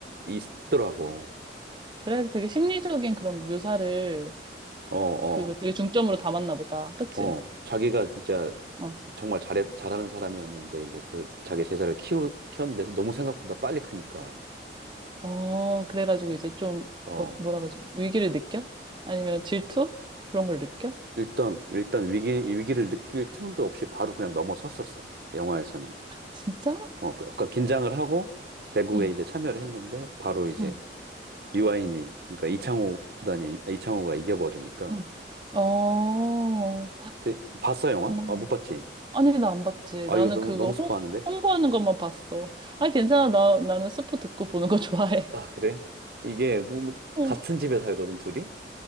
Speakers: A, on the right; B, on the right.
A: 있더라고.
B: 그래, 되게 심리적인 그런 묘사를
A: 어, 어,
B: 그 되게 중점으로 담았나 보다. 그치?
A: 어. 자기가 진짜
B: 어.
A: 정말 잘해, 잘하는 사람이었는데 이제 그 자기 제자를 키우 키웠는데 너무 생각보다 빨리 크니까
B: 어, 그래가지고 이제 좀,
A: 어
B: 어, 뭐라 그러지? 위기를 느껴? 아니면 질투? 그런 걸 느껴?
A: 일단 일단 위기 위기를 느낄 틈도 없이 바로 그냥 넘어섰었어 영화에서는.
B: 진짜?
A: 어, 그 약간 긴장을 하고 대구에
B: 응,
A: 이제 참여를 했는데 바로 이제
B: 응,
A: 유아인이 그러니까 이창호 구단이 아, 이창호가 이겨버리니까
B: 응. 어,
A: 근데 봤어 영화?
B: 그렇구나.
A: 아 못 봤지?
B: 아니, 나 안 봤지.
A: 아
B: 나는
A: 이거 너무
B: 그거
A: 너무 스포하는데
B: 홍, 홍보하는 것만 봤어. 아, 괜찮아. 나, 나는 스포 듣고 보는 거 <laughs> 좋아해.
A: 아, 그래? 이게 뭐, 뭐
B: 어,
A: 같은 집에 살거든, 둘이?